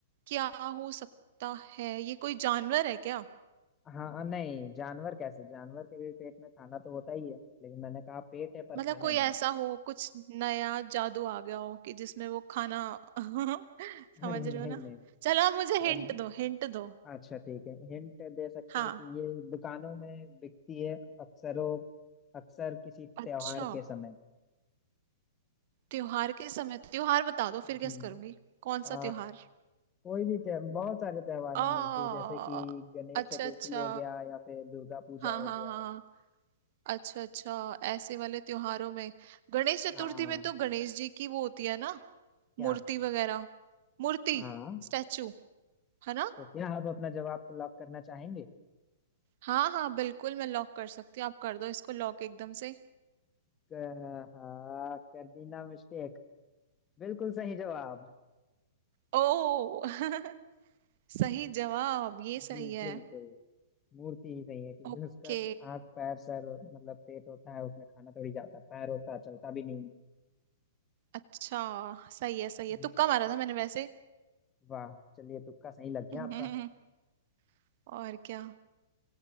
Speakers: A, on the right; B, on the left.
A: क्या हो सकता है ये कोई जानवर है क्या
B: हाँ नहीं जानवर कैसे जानवर के भी पेट में खाना तो होता ही है लेकिन मैंने कहा पेट है पर
A: मतलब
B: खाना
A: कोई
B: नहीं
A: ऐसा हो कुछ नया जादू आ गया हो कि जिसमें वो खाना <laughs> समझ
B: <laughs> अरे नहीं
A: रहे हो ना
B: नहीं
A: चलो मुझे
B: मतलब
A: हिंट दो हिंट दो
B: अच्छा ठीक है हिंट दे सकते
A: हाँ
B: हैं कि ये दुकानों में बिकती है अक्सरों अक्सर किसी त्योहार
A: अच्छा
B: के समय
A: त्योहार के समय त्योहार बता दो फिर
B: जी
A: गेस करूंगी कौन
B: आ,
A: सा त्योहार
B: कोई भी त्योहार बहुत सारे त्योहार
A: आ
B: में मिलती है जैसे कि गणेश
A: अच्छा
B: चतुर्थी
A: अच्छा
B: हो गया या फिर दुर्गा पूजा
A: हाँ
B: हो
A: हाँ
B: गया
A: हाँ हाँ। अच्छा अच्छा ऐसे वाले त्योहारों में गणेश चतुर्थी
B: हाँ
A: में तो गणेश जी की वो होती है ना
B: क्या
A: मूर्ति वगैरह मूर्ति
B: हाँ
A: स्टैचू है ना
B: तो क्या आप अपना जवाब को लॉक करना चाहेंगे
A: हाँ हाँ बिल्कुल मैं लॉक कर सकती हूँ आप कर दो इसको लॉक एकदम से
B: क- हाँ कर दी ना मिस्टेक बिल्कुल सही जवाब
A: ओ <laughs> सही जवाब ये
B: जी
A: सही है
B: बिल्कुल मूर्ति ही सही है क्योंकि
A: ओके
B: उसका हाथ पैर सर मतलब पेट होता है उसमें खाना थोड़ी जाता है पैर होता है चलता भी नहीं
A: अच्छा सही है सही है
B: है
A: तुक्का मारा था मैंने वैसे
B: वाह चलिए तुक्का सही लग गया
A: <laughs>
B: आपका
A: और क्या